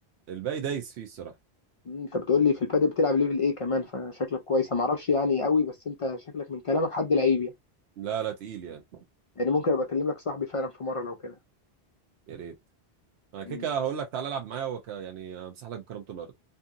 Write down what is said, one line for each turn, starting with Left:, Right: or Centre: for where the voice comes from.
Right: الباقي دايس فيه الصراحه
Left: مم، انت بتقول لي في البادل بتلعب ليفل ايه كمان فشكلك كويس انا ما اعرفش يعني قوي بس انت شكلك من كلامك حد لعيب يعني
Right: لا لا تقيل يعني
Left: يعني ممكن ابقى اكلم لك صاحبي فعلا في مره لو كده
Right: يا ريت انا كده
Left: مم.
Right: كده هقول لك تعالى العب معايا وك... يعني امسح لك بكرامة الارض